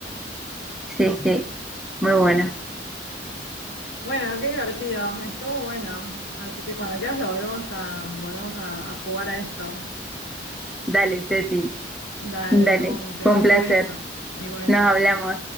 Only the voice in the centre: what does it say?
Sí, sí. Muy buena.
Dale, Ceci.
Dale.
Fue
un placer.
Nos hablamos.